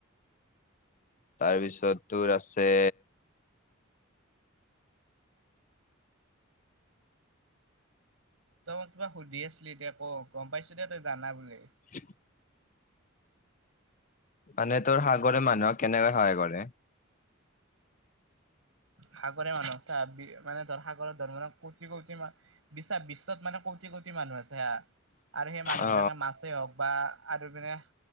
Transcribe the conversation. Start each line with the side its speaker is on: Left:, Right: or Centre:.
Left: তাৰপিছত তোৰ আছে
Right: তই মই কিবা সুধি আছিলি এতিয়া ক গম পাইছো দে তই জানা বুলি
Left: <unintelligible> মানে তোৰ সাগৰে মানুহক কেনেকৈ সহায় কৰে
Right: সাগৰে মানুহক চা মানে ধৰ সাগৰত ধৰ মানে কৌটি কৌটি মানুহ বিশ্বাস বিশ্বত মানে কোটি কোটি মানুহ আছে হা, আৰু সেই মানুহ
Left: অ
Right: বিলাকে মাছেই হওক বা আৰু মানে